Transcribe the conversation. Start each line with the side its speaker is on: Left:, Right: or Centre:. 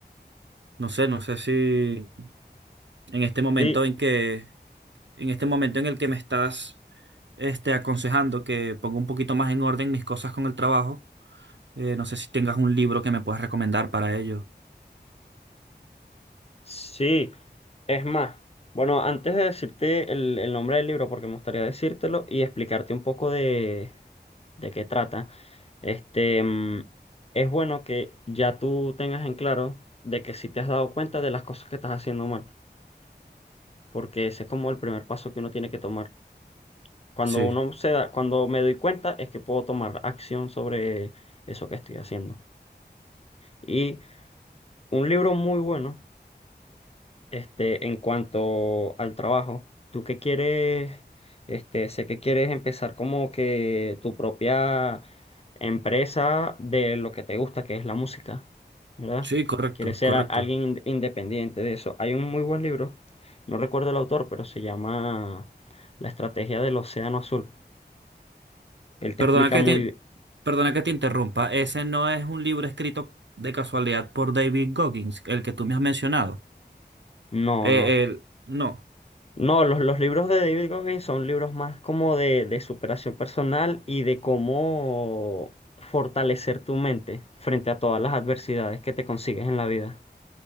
Right: No sé, no sé si en este momento
Left: Sí,
Right: en que, en este momento en el que me estás, este, aconsejando que ponga un poquito más en orden mis cosas con el trabajo. Eh, no sé si tengas un libro que me puedas recomendar para ello.
Left: Sí, es más, bueno, antes de decirte el, el nombre del libro, porque me gustaría decírtelo y explicarte un poco de, de qué trata, este, mm, es bueno que ya tú tengas en claro de que si te has dado cuenta de las cosas que estás haciendo mal, porque ese es como el primer paso que uno tiene que tomar. Cuando
Right: Sí,
Left: uno se da, cuando me doy cuenta es que puedo tomar acción sobre eso que estoy haciendo. Y un libro muy bueno. Este, en cuanto al trabajo, tú que quieres, este, sé que quieres empezar como que tu propia empresa de lo que te gusta, que es la música, ¿verdad?
Right: sí, correcto,
Left: Quieres ser
Right: correcto.
Left: a- alguien in- independiente de eso. Hay un muy buen libro, no recuerdo el autor, pero se llama La estrategia del océano azul. Él te explica
Right: Perdona que
Left: muy
Right: te,
Left: bien.
Right: perdona que te interrumpa. Ese no es un libro escrito de casualidad por David Goggins, el que tú me has mencionado.
Left: No,
Right: Eh,
Left: no.
Right: el, no,
Left: No, los, los libros de David Goggins son libros más como de, de superación personal y de cómo fortalecer tu mente frente a todas las adversidades que te consigues en la vida.